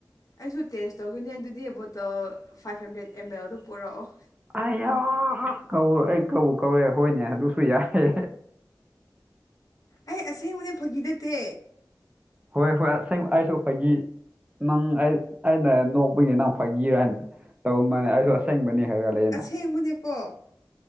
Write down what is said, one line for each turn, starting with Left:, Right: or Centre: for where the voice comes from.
Left: ꯑꯩꯁꯨ ꯇꯦꯁ ꯇꯧꯗꯣꯏꯅꯦ ꯑꯗꯨꯗꯤ ꯕꯣꯇꯜ ꯐꯥꯏꯚ ꯍꯟꯗ꯭ꯔꯦꯗ ꯑꯦꯝ ꯑꯦꯜꯗ ꯄꯨꯔꯛꯑꯣ
Right: ꯑꯩꯌꯥ ꯀꯧ ꯑꯩ ꯀꯧꯕꯎ ꯀꯧꯔꯦ ꯍꯣꯏꯅꯦ ꯑꯗꯨꯁꯨ ꯌꯥꯏ
Left: ꯑꯩ ꯑꯁꯦꯡꯕꯅꯦ ꯐꯥꯒꯤ ꯅꯠꯇꯦ
Right: ꯍꯣꯏ ꯍꯣꯏ ꯑꯁꯦꯡ ꯑꯩꯁꯨ ꯐꯥꯒꯤ ꯅꯪ ꯑꯩ ꯑꯩꯅ ꯅꯣꯛꯄꯒꯤ ꯅꯪ ꯐꯥꯒꯤꯔ ꯍꯥꯏꯅ ꯇꯧꯃꯥꯜꯕꯅꯤ ꯑꯩꯁꯨ ꯑꯁꯦꯡꯕꯅꯤ ꯍꯥꯏꯔ ꯂꯩꯌꯦꯅ
Left: ꯑꯁꯦꯡꯕꯅꯦꯀꯣ